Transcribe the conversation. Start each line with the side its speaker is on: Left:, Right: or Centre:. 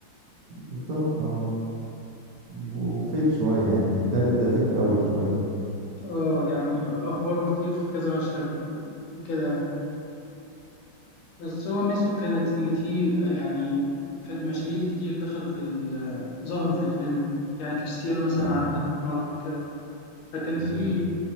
Right: بالظبط اه وفيك شويه يعني التالت ده فيك قوي شويه
Left: اه يعني افواره كتير في كذا مشهد وكده يعني. بس هو ميزته كانت ان في آه، يعني ف- مشاهير كتير دخلوا في ال- آه، ظهروا في الفيلم يعني كريستيانو مثلا
Right: اه
Left: عدى في مره كده فكان
Right: م-
Left: في